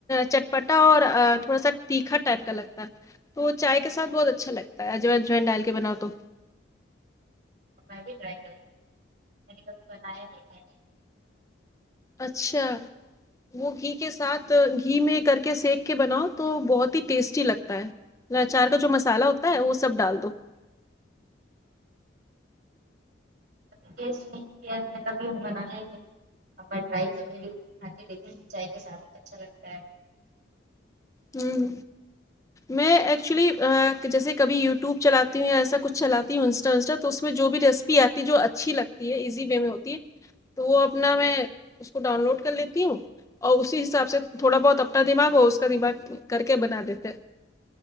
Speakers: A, on the left (about 15°); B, on the right (about 55°).
A: چٹپٹا اور تھوڑا سا تیکھا ٹائپ کا لگتا ہے تو وہ چائے کے ساتھ بہت اچھا لگتا ہے <unintelligible> ڈال کے بناؤ تو
B: میں بھی ٹرائی کرونگی میں نے کبھی بنایا نہیں تھا
A: اچھا وہ گھی کے ساتھ گھی میں کر کے سیک کے بناؤ تو بہت ہی ٹیسٹی لگتا ہے جو چار کا جو مسالہ ہوتا ہے وہ سب ڈالدو
B: <unintelligible> اب میں ٹرائی کروں گی کھا کے دیکھوں گی چائے کے ساتھ اچھا لگتا ہے
A: ہمم میں ایکچولی جیسے کبھی یوٹیوب چلاتی ہوں یا ایسا کچھ چلاتی ہوں انسٹا ونسٹا تو اس میں جو بھی ریسیپی آتی ہے جو اچھی لگتی ہے ایزی وے میں ہوتی ہے تو وہ اپنا میں اسکو ڈاؤن لوڈ کر لیتی ہوں اور اسی حساب سے تھوڑا بہت اپنا دماغ اور <unintelligible> کر کے بنا دیتے